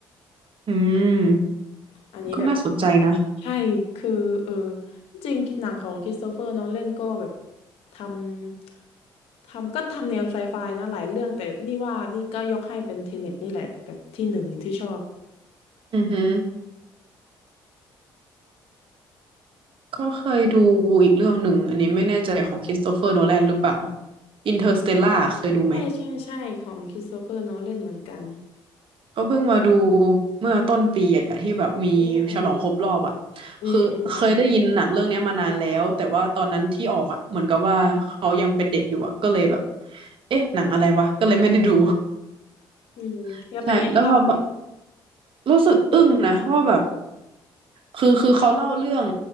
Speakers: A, on the right; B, on the left.
A: อืม
B: อันนี้แบบ
A: ก็น่าสนใจนะ
B: ใช่คือเออจริงๆหนังของคริสโตเฟอร์นอนแลนก็แบบทำทำก็ทำแนวไซไฟนะหลายเรื่องแต่นี่ว่านี่ก็ยกให้เป็นเทเน็ตนี่แหละแบบที่หนึ่งที่ชอบ
A: อือฮึก็เคยดูอีกเรื่องหนึ่ง อันนี้ไม่แน่ใจของคริสโตเฟอร์โนแลนหรือเปล่า อินเตอร์สเตลล่าเคยดูไหม
B: ใช่ใช่ใช่ของคริสโตเฟอร์นอนแลนเหมือนกัน
A: ก็เพิ่งมาดูเมื่อต้นปีอะที่แบบมีฉลองครบรอบอะ
B: อืม อืมอืมอืม
A: คือเคยได้ยินหนังเรื่องเนี้ยมานานแล้วแต่ว่าตอนนั้นที่ออกอะเหมือนกับว่าเขายังเป็นเด็กอยู่อะก็เลยแบบเอ๊ะหนังอะไรวะก็เลยไม่ได้ดู
B: อืมแล้วเป็นไงชอบไหม
A: <laughs> ใช่แล้วพอมา รู้สึกอึ้งนะว่าแบบคือคือเขาเล่าเรื่อง